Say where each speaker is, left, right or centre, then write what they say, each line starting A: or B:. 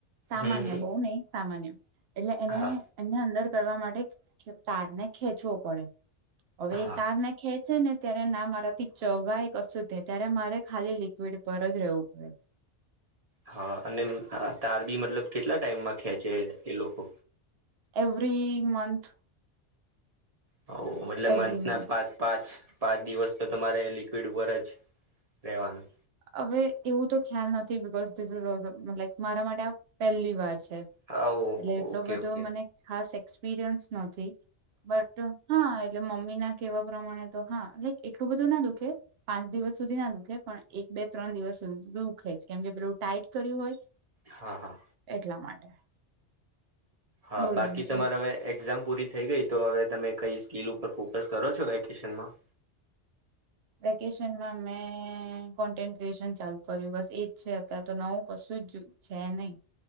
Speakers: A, on the right (about 65°); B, on the right (about 35°).
A: સામાન્ય
B: હમ હમ
A: બઉ નહી સામાન્ય એટલે એને
B: હા
A: એને અંદર કરવા માટે તારને ખેંચવો પડે. હવે
B: હા
A: એ તારને ખે છે ને ત્યારે ના મારાથી ચવાય કશું જ નઈ ત્યારે મારે ખાલી લિક્વિડ પર જ રેવું પડે.
B: હઅ. અને તાર બી મતલબ કેટલા ટાઈમમાં ખેચે એ લોકો?
A: Every month.
B: હવ મતલબ
A: એવરી
B: મંથના
A: મંથ
B: પાંચ-પાંચ પાંચ દિવસ તો તમારે લિક્વિડ ઉપર જ રહેેવાનું.
A: હવે એવું તો ખ્યાલ ન થી because this is also like મારા માટે આ પહેલી વાર છે. છે.
B: હા
A: એટલે એટલો
B: ઓકે
A: બધો
B: ઓકે
A: મને ખાસ એક્સપિરયન્સ નથી. બટ હા એટલે મમ્મીના કહેવા પ્રમાણે તો હા. લાઈક એટલું બધું ના દુખે પાંચ દિવસ સુધી ના દુખે પણ એક, બે, ત્રણ દિવસ સુધી તો દુઃખે જ કેમ કે પેલુ ટાઈટ કર્યું હોય
B: હા હા.
A: એટલા માટે
B: હા,
A: બોલો
B: બાકી
A: બીજું
B: તમારે હવે એક્ઝામ પૂરી થઈ ગઈ. તો હવે તમે કઈ સ્કીલ ઉપર ફોકસ કરો છો વેકેશનમાં?
A: વેકેશનમાં મેં કોન્ટેન ક્રીએશન ચાલુ કર્યું બસ એજ છે. અત્યારે તો નવું કશું જ છે નઈ.